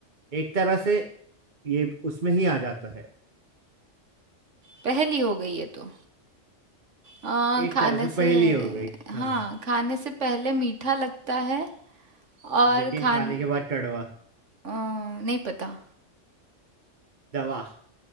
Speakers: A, on the right; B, on the right.
A: एक तरह से ये उसमें ही आ जाता है
B: पहली हो गई है तो आ,
A: एक
B: खाने
A: तरह से
B: से
A: पहेली हो गई हाँ
B: हाँ खाने से पहले मीठा लगता है और
A: लेकिन
B: खान
A: खाने के बाद कड़वा
B: अ, नहीं पता
A: दवा